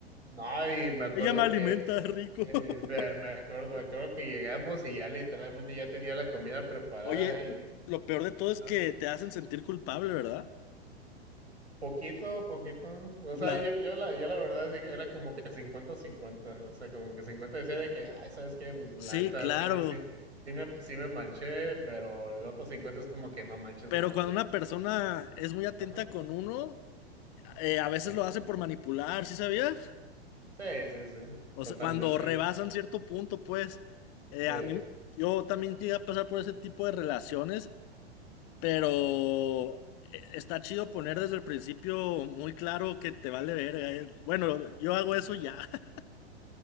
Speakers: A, on the right (about 75°); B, on the left (about 30°).
A: No, y me acuerdo
B: Ella me alimenta
A: que.
B: rico.
A: eh,
B: <laughs>
A: me, me acuerdo, me acuerdo que llegamos y ya literalmente ya tenía la comida preparada
B: Oye,
A: ahí.
B: lo peor de todo es
A: ¿ah?
B: que te hacen sentir culpable, ¿verdad?
A: Poquito, poquito. O
B: La...
A: sea, yo, yo, la, yo la verdad sí que era como que 50 cincuenta, O sea, como que 50 decía de que, ay, ¿sabes qué? Pues la
B: Sí,
A: neta
B: claro.
A: sí me, sí, sí me, sí me manché, pero el otro 50 es como que no manches
B: Pero
A: morro,
B: cuando
A: o sea.
B: una persona es muy atenta
A: Ajá.
B: con uno, eh, a veces
A: Sí.
B: lo hace por manipular, ¿sí sabías?
A: Sí, sí, sí.
B: O
A: Totalmente.
B: sea, cuando rebasan cierto punto, pues, eh,
A: Sí.
B: a mí, yo también llegué a pasar por ese tipo de relaciones, pero eh, está chido poner desde el principio muy claro que te vale verga. eh. Bueno, yo hago eso ya. <laughs>